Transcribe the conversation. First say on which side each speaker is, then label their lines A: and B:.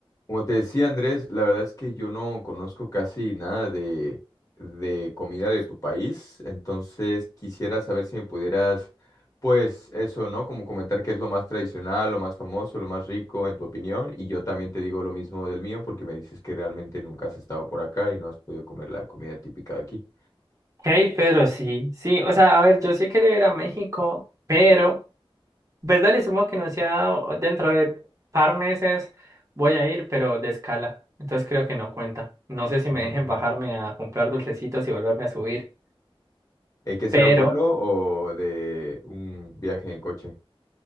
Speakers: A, on the left (about 35°); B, on the right (about 35°).
A: Como te decía Andrés, la verdad es que yo no conozco casi nada de, de comida de tu país, entonces quisiera saber si me pudieras, pues eso, ¿no? Como comentar qué es lo más tradicional, lo más famoso, lo más rico en tu opinión, y yo también te digo lo mismo del mío porque me dices que realmente nunca has estado por acá y no has podido comer la comida típica de aquí.
B: Hey, pero sí, sí, o sea, a ver, yo sí quería ir a México, pero, pues dale, supongo que no se ha dado, dentro de par meses voy a ir, pero de escala, entonces creo que no cuenta. No sé si
A: Ujú,
B: me dejen
A: ujú.
B: bajarme a comprar dulcecitos y volverme a subir,
A: ¿Hay que hacer
B: pero,
A: un vuelo o de un viaje en coche?